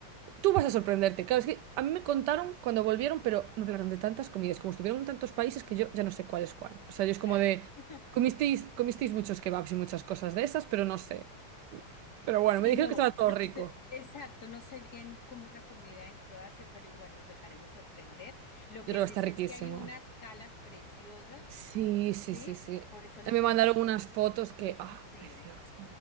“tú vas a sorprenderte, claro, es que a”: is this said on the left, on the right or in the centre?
Right